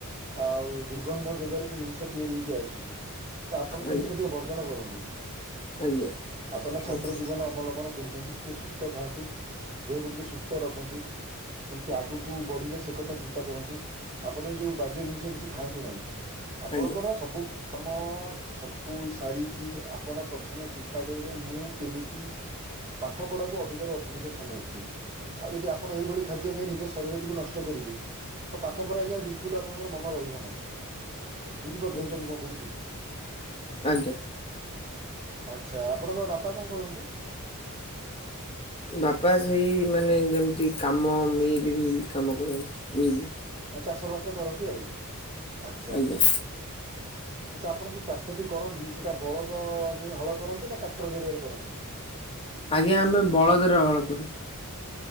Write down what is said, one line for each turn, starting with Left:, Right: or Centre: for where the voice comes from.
Right: ଆଉ ଦୁର୍ଗନ୍ଧ ଜାଗାରୁ ସେ ଜିନିଷ ତିଆରି ହେଇକି ଆସୁଛି। ତ ଆପଣ ସେ
Left: ଆଜ୍ଞା
Right: ଜିନିଷ ଟିକେ ବର୍ଜନ କରନ୍ତୁ
Left: ଆଜ୍ଞା
Right: ବୁଝିଲେ, ଆପଣ ଛାତ୍ର
Left: ଆଜ୍ଞା ଆଜ୍ଞା
Right: ଜୀବନ ଅବଲମ୍ବନ କରୁଛନ୍ତି। ଯଦି ଟିକେ ସୁସ୍ଥ ଖାଆନ୍ତୁ ଦେହକୁ ଟିକେ ସୁସ୍ଥ ରଖନ୍ତୁ କେମତି ଆଗକୁ ବଢ଼ିବେ ସେ କଥା ଚିନ୍ତା କରନ୍ତୁ ଆପଣ ଏଇ ଯୋଉ ବାଜ୍ୟ ଜିନିଷ କିଛି ଖାଆନ୍ତୁ ନାହିଁ, ଆପଣଙ୍କର
Left: ଆଜ୍ଞା ଆଜ୍ଞା
Right: ସବୁ କାମ ସବୁ ସାରିକି ଆପଣ ପ୍ରଥମେ ଚିନ୍ତା କରିବେ ମୁଁ କେମିତି? ପାଠ ପଢାକୁ ଅଧିକ ର ଅଧିକ ସମୟ ଆଉ ଯଦି ଆପଣ ଏଇଭଳି ଖାଦ୍ୟ ଖାଇ ନିଜ ଶରୀରଟିକୁ ନଷ୍ଟ କରିବେ, ତ ପାଠରେ, ଆଜ୍ଞା ବିଲକୁଲ ଆପଣଙ୍କ ମନ ରହିବ ନାହିଁ ବୁଝିପାରୁଛ
Left: ଆଜ୍ଞା
Right: ତ ମୁଁ କଣ କହୁଛି?
Left: ଆଜ୍ଞା।
Right: ଆଛା ଆପଣଙ୍କର ବାପା କଣ କରନ୍ତି?
Left: ବାପା ସେଇ ମାନେ ଯେମିତି କାମ -ମିଲ, ମିଲ କାମ କରନ୍ତି ମିଲ
Right: ଚାଷ ବାସ କରନ୍ତି ଆଉ, ଆଛା,
Left: ଆଜ୍ଞା
Right: ଆଛା, ଆପଣ ଯଉ ଚାଷ ସେଠି କରନ୍ତି ସେଟା ବଳଦ ନେଇ ହଳ କରନ୍ତି ନା ଟ୍ରାକ୍ଟର ଜରିଆରେ କରନ୍ତି।
Left: ଆଜ୍ଞା ଆମେ ବଳଦରେ ହଳ କରୁ।